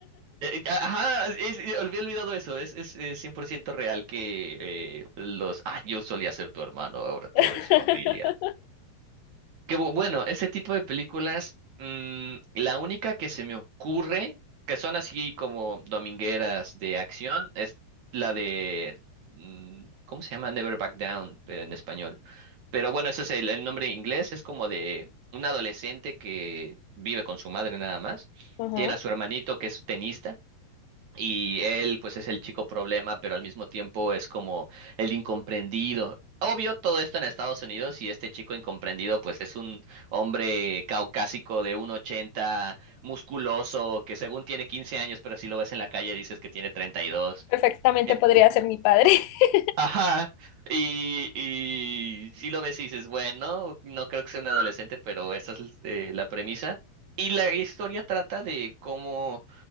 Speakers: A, on the right (about 55°); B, on the left (about 85°).
A: eh, eh, ajá, es, es- olvidé olvidado eso, es, es, eh, 100% real que eh, los, ah, yo solía ser tu hermano, ahora todo
B: <laughs>
A: es familia. Que bu- bueno, ese tipo de películas, mm, la única que se me ocurre, que son así como domingueras de acción, es la de, mm, ¿cómo se llama? Never Back Down, pero en español. Pero bueno, ese es el, el nombre en inglés, es como de un adolescente que vive con su madre nada más,
B: ujú,
A: tiene a su hermanito que es tenista y él, pues, es el chico problema, pero al mismo tiempo es como el incomprendido. Obvio, todo esto en Estados Unidos y este chico incomprendido, pues, es un hombre caucásico de 1,80, musculoso, que según tiene 15 años, pero si lo ves en la calle dices que tiene 32.
B: perfectamente
A: En-
B: podría ser mi padre. <laughs>
A: Ajá. Y, y si lo ves y dices, bueno, no creo que sea un adolescente, pero esa es eh, la premisa. Y la historia trata de cómo